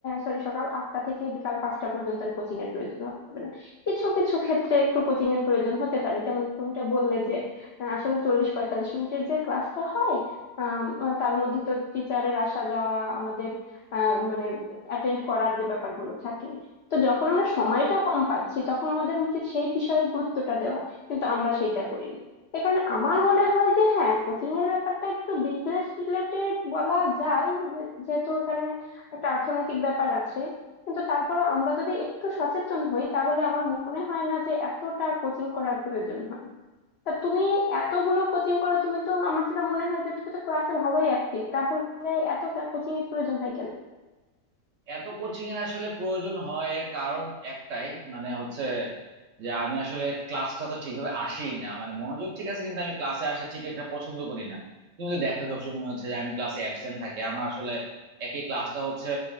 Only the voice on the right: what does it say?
এত কোচিং এর আসলে প্রয়োজন হয় এর কারণ একটাই মানে হচ্ছে যে আমি আসলে ক্লাসটা তো ঠিকভাবে আসি না মানে মনোযোগ ঠিক আছে কিন্তু আমি ক্লাসে আসা ঠিক একটা পছন্দ করি না তুমি তো দেখো সবসময় হচ্ছে যে আমি ক্লাসে অ্যাবসেন্ট থাকি আমার আসলে একই ক্লাসটা হচ্ছে